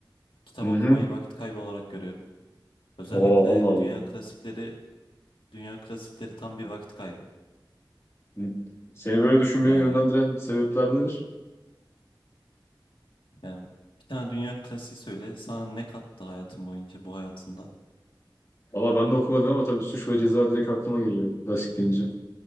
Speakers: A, on the left (about 85°); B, on the left (about 35°).
A: Kitap
B: Hı
A: okumayı
B: hı.
A: vakit kaybı olarak görüyorum. Özellikle
B: Oo, Allah
A: dünya
B: Allah.
A: klasikleri, dünya klasikleri tam bir vakit kaybı.
B: Hı. Seni böyle düşünmeye
A: Yani
B: yönlendiren sebepler nedir?
A: Yani bir tane dünya klasiği söyle. Sana ne kattı hayatın boyunca bu hayatında?
B: Valla ben de okumadım ama tabii suç ve ceza direkt aklıma geliyor klasik deyince.